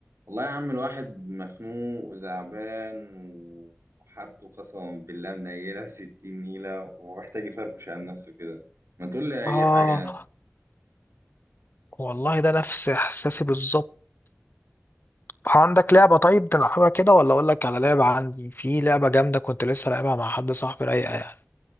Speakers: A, on the right; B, on the left.
A: والله يا عم الواحد مخنوق وزعبان وحارته قسما بالله منيلة <laughs> ستين نيلة ومحتاج يفرفش عن نفسه كده ما تقول لي أي
B: آه
A: حاجة
B: والله ده نفس إحساسي بالظبط عندك لعبة طيب نلعبها كده ولا أقول لك على لعبة عندي في لعبة جامدة كنت لسه لعبها مع حد صاحبي رايقة يعني